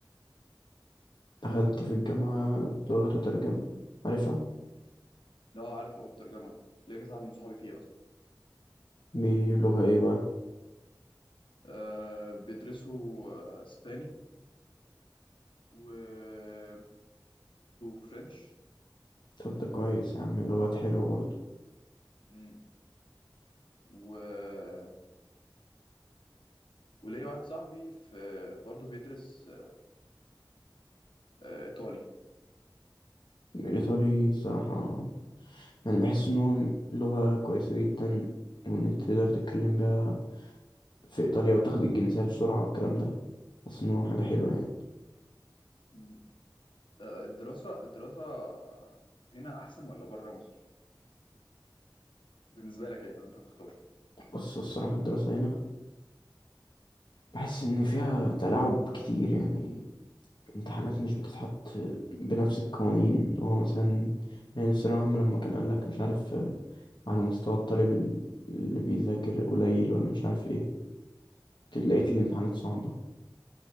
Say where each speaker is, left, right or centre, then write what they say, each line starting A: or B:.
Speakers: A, on the left; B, on the left.
A: دخلت في الجامعة لغة وترجمة عارفها؟
B: ده اه عارف لغات الترجمه ليا كذا حد من صحابي فيها اصلا
A: دي لغة ايه بقى؟
B: أه بيدرسوا آه، اسباني وبيدرسوا فرنش
A: طب ده كويس يا عم لغات حلوة برضه
B: امم و... وليا واحد صاحبي في برضه بيدرس آه، ايطالي
A: الإيطالي الصراحة يعني بحس إن هو لغة كويسة جدا وإن أنت تقدر تتكلم بيها في إيطاليا وتاخد الجنسية بسرعة والكلام ده بحس إن هو حاجة حلوة يعني
B: مم. آه، الدراسة الدراسة هنا أحسن ولا بره مصر؟ بالنسبة لك يعني لو أنت هتختار
A: بس الصراحة الدراسة هنا بحس إن فيها تلاعب كتير يعني امتحانات مش بتتحط بنفس القوانين هو مثلا يعني في ثانوية عامة لما كان قالك مش عارف على مستوى الطالب ال- اللي بيذاكر قليل ولا مش عارف ايه لقيت الامتحانات صعبة